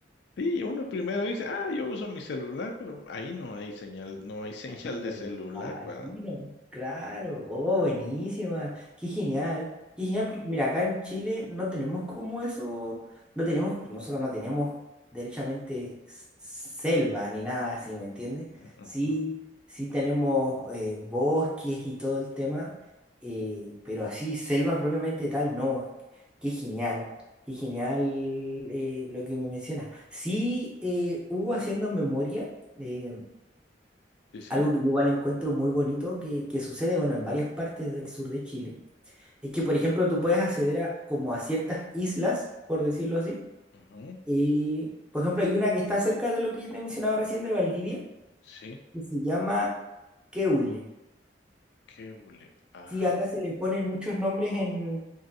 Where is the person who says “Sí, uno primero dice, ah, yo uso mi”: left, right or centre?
Left